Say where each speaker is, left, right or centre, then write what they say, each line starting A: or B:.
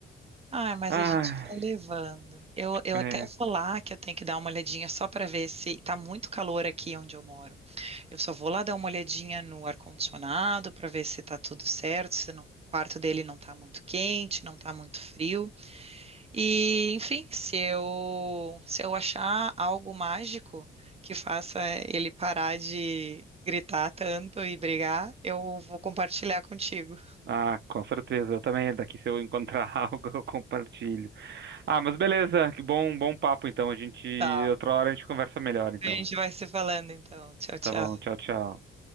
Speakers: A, on the right (about 30°); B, on the right (about 60°).
A: Ah, mas
B: Ah,
A: a gente vai levando. Eu, eu
B: é...
A: até vou lá que eu tenho que dar uma olhadinha só para ver se tá muito calor aqui onde eu moro. Eu só vou lá dar uma olhadinha no ar-condicionado para ver se tá tudo certo, se não- o quarto dele não tá muito quente, não tá muito frio. E, enfim, se eu, se eu achar algo mágico que faça ele parar de gritar tanto e brigar, eu vou compartilhar contigo.
B: Ah, com certeza, eu também, daqui se eu encontrar <laughs> algo, eu compartilho. Ah, mas beleza, que bom, bom papo, então, a gente,
A: Tá.
B: outra hora a gente conversa melhor, então.
A: A gente vai se falando então. Tchau, tchau.
B: Tá bom, tchau, tchau.